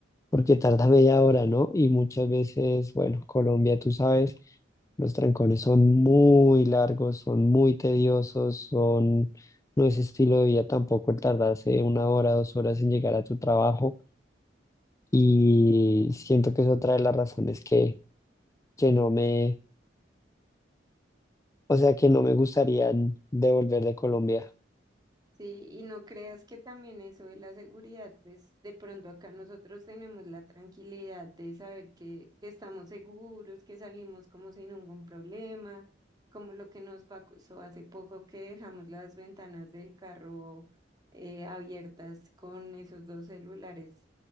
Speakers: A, on the left (about 15°); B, on the right (about 20°).
A: porque tarda media hora, ¿no? Y muchas veces, bueno, Colombia, tú sabes, los trancones son muy largos, son muy tediosos, son, no es estilo de vida tampoco el tardarse una hora, dos horas en llegar a tu trabajo. Y siento que es otra de las razones que, que no me, o sea, que no me gustaría devolver de Colombia.
B: Sí, y no creas que también eso de la seguridad, pues de pronto acá nosotros tenemos la tranquilidad de saber que, que estamos seguros, que salimos como sin ningún problema, como lo que nos pasó hace poco que dejamos las ventanas del carro eh, abiertas con esos dos celulares